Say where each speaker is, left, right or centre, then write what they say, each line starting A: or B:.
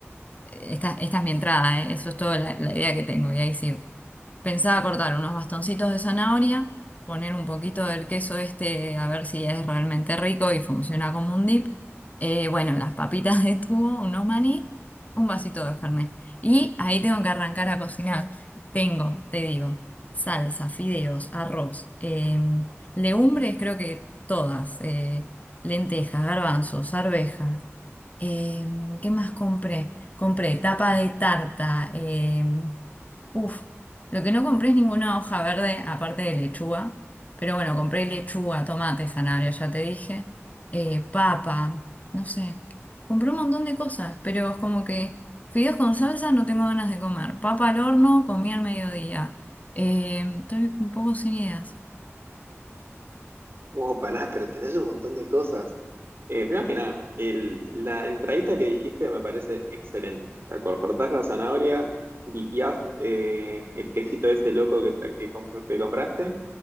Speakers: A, on the left (about 30°); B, on the right (about 55°).
A: Eh, Esta, esta es mi entrada, ¿eh? Eso es toda la, la idea que tengo. Y ahí sí, Pensaba cortar unos bastoncitos de zanahoria, poner un poquito del queso este a ver si es realmente rico y funciona como un dip. Eh, bueno, las papitas de tubo, unos maní, un vasito de Fernet. Y ahí tengo que arrancar a cocinar. Tengo, te digo, salsa, fideos, arroz, eh, legumbres, creo que todas, eh, lentejas, garbanzos, arvejas. Eh, ¿qué más compré? Compré tapa de tarta. eh, Uf, lo que no compré es ninguna hoja verde, aparte de lechuga. Pero bueno, compré lechuga, tomate, zanahoria, ya te dije. eh, papa, no sé. Compré un montón de cosas, pero es como que fideos con salsa no tengo ganas de comer. Papa al horno, comí al mediodía. Eh, estoy un poco sin ideas.
B: Oh, pará, pero tenés un montón de cosas. Eh, primero que nada, el- la entradita que dijiste me parece excelente. O sea, cor- cortás la zanahoria, dipiás eh, el quesito este loco que, tra- que comp- que compraste